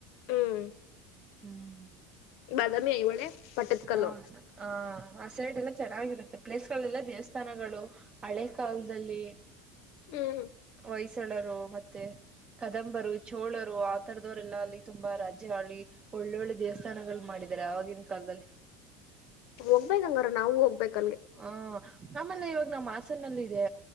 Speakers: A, on the left; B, on the right.
A: ಹ್ಮ್.
B: ಹ್ಮ್.
A: ಬಾದಾಮಿ ಐಹೊಳೆ. ಪಟ್ಟದಕಲ್ಲು
B: ಹಾ ಆ ಆ ಸೈಡ್ ಎಲ್ಲ ಚೆನ್ನಾಗಿರುತ್ತೆ ಪ್ಲೇಸ್ಗಳೆಲ್ಲ ದೇವಸ್ಥಾನಗಳು. ಹಳೆ ಕಾಲದಲ್ಲಿ.
A: ಹ್ಮ್.
B: ಹೊಯ್ಸಳರು ಮತ್ತೆ. ಕದಂಬರು, ಚೋಳರು ಆ ತರದವರೆಲ್ಲ ಅಲ್ಲಿ ತುಂಬಾ ರಾಜ್ಯ ಆಳಿ. ಒಳ್ಳೊಳ್ಳೆ ದೇವಸ್ಥಾನಗಳು ಮಾಡಿದ್ದಾರೆ ಆವಾಗಿನ ಕಾಲದಲ್ಲಿ.
A: ಹೋಗ್ಬೇಕೇಂಗಾರ ನಾವವು ಹೋಗ್ಬೇಕ ಅಲ್ಲಿಗೆ.
B: ಹ್ಮ ಆಮೇಲೆ ಇವಾಗ ನಮ್ಮ ಹಾಸನ ನಲ್ಲಿ ಇದೆ